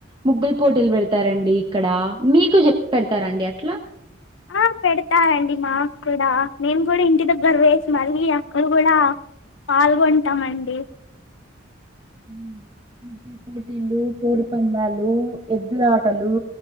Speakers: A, on the right (about 25°); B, on the left (about 75°).
A: ముగ్గులు పోటీలు పెడతారండి. ఇక్కడ మీకు చెప్ పెడతారండి అట్లా,
B: ఆ పెడతారండి మాక్కూడా మేము కూడా ఇంటి దగ్గర వేసి మళ్ళీ అక్కడ కూడా పాల్గొంటామండి.
A: ఉమ్ ముగ్గుల పోటీలు, కోడి పందాలు, ఎద్దులాటలు